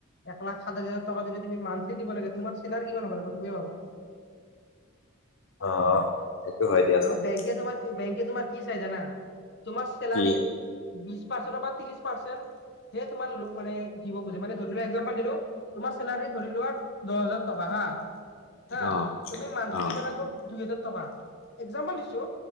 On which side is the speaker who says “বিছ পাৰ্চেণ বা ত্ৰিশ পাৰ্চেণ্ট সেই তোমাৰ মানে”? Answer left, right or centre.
Left